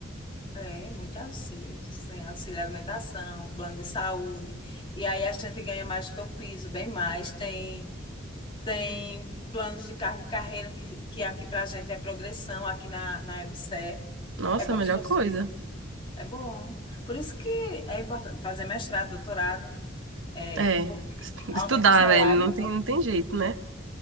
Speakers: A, on the left (about 25°); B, on the right (about 80°).
A: é, muito auxílio, assim, auxílio alimentação, plano de saúde. E aí a gente ganha mais que o piso, bem mais. Tem, tem planos de carga e carreira que, que aqui pra gente é progressão, aqui na, na EBSERH.
B: Nossa,
A: É como
B: a melhor
A: se fosse
B: coisa.
A: É bom. Por isso que é importante fazer mestrado, doutorado, é,
B: É,
A: porque
B: es-
A: aumenta
B: estudar,
A: o salário.
B: velho. Não tem, não tem jeito, né?